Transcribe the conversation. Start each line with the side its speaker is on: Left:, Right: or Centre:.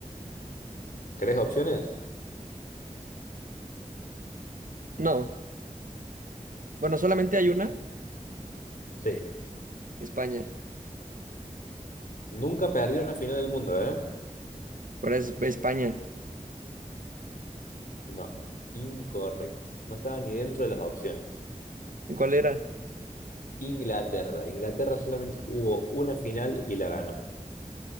Left: ¿Querés opciones?
Right: No, bueno, solamente
Left: Eh,
Right: hay una,
Left: Sí.
Right: España.
Left: Nunca ha perdido una final del mundo, ¿eh?
Right: Pero es España.
Left: No. Incorrecto. No estaba ni dentro de las opciones.
Right: ¿Y cuál era?
Left: Inglaterra. Inglaterra solamente jugó una final y la ganó.